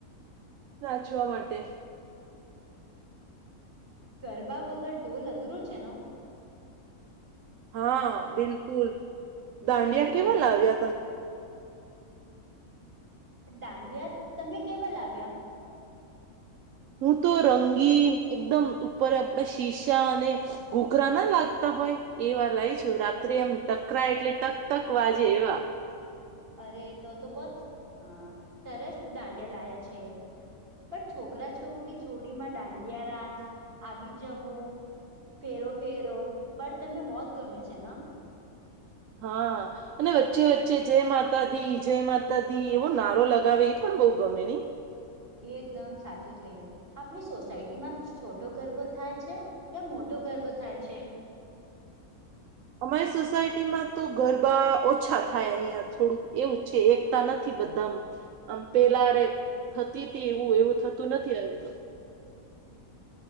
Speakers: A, on the right; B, on the right.
A: નાચવા માટે
B: ગરબા વગર ઢોલ અધૂરો છે ન?
A: હા, બિલકુલ દાંડિયા
B: મને
A: કેવા
B: એથી
A: લાવ્યા તમે.
B: દાંડિયા તમે કેવા લાવ્યા?
A: હું તો રંગીન એકદમ ઉપર આપડા શીશા અને ઘૂઘરા ના લાગતા હોય એવા લાઇ છું રાત્રે એમ ટકરાય એટલે ટક ટક વાજે એવા.
B: અરે તો તો બો જ અ સરસ દાંડિયા લાયા છે. પણ છોકરા છોકરી જોડીમાં દાંડિયા રાસ આવી જવો ફેરો ફેરો પર તમે બોહત ગમે છે ન?
A: હા. અને વચ્ચે વચ્ચે જય માતા દી, જય માતા દી એવો નારો લગાવે એ પણ બો ગમે ની.
B: એકદમ સાચું થયું. આપણી સોસાયટીમાં છોટો ગરબો થાય છે, યા મોટો ગરબો થાય છે.
A: અમારી સોસાયટીમાં તો ગરબા ઓછા થાય અહિયાં થોડું એવું છે એકતા નથી બધા માં. આમ પેલારે થતી તી એવું એવું થતું નથી અવે તો.